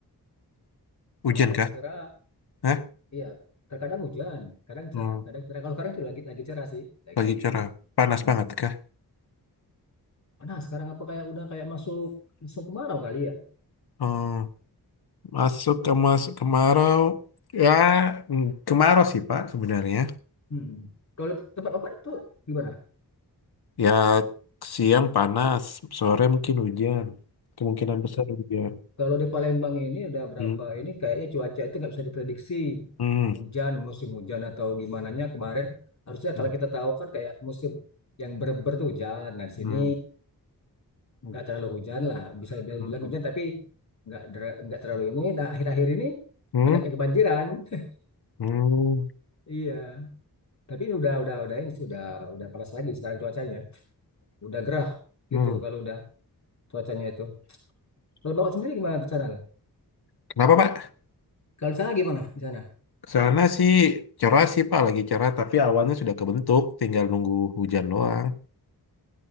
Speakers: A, on the left; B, on the left.
A: Hujan
B: Kadang
A: kah?
B: cerah,
A: Hah?
B: iya, terkadang hujan, kadang
A: Hmm,
B: cer- kadang cerah. Kalau sekarang tuh lagi lagi cerah sih, lagi
A: pagi cerah. Panas
B: mm
A: banget kah?
B: Nah, sekarang apa kayak udah kayak masuk musim kemarau kali ya?
A: Oh, masuk ke masuk kemarau. Ya, mm, kemarau sih Pak sebenarnya.
B: Mm-mm. Kalau tempat Bapak itu gimana?
A: Ya, siang panas, sore mungkin hujan. Kemungkinan besar hujan.
B: Kalau di Palembang ini udah berapa
A: Hmm,
B: ini kayaknya cuaca itu nggak bisa diprediksi
A: hmm,
B: hujan musim hujan atau gimana nya kemarin harusnya
A: hmm,
B: kalau kita tahu kan kayak musim yang berber tuh hujan. Nah di
A: hmm,
B: sini nggak terlalu hujan lah bisa dibilang
A: hmm.
B: hujan tapi nggak der- nggak terlalu ini. Nah akhir-akhir ini
A: Hmm?
B: banyak yang kebanjiran. <laughs>
A: Hmm,
B: Iya. Tapi ini udah udah udah ini sih udah udah panas lagi sekarang cuacanya. Udah gerah
A: hmm.
B: gitu kalau udah cuacanya itu. Kalau bawa sendiri gimana di sana? tuh?
A: Kenapa Pak?
B: Kalau di sana gimana di sana?
A: Sana sih cerah sih Pak, lagi cerah. Tapi awannya sudah kebentuk, tinggal nunggu hujan doang.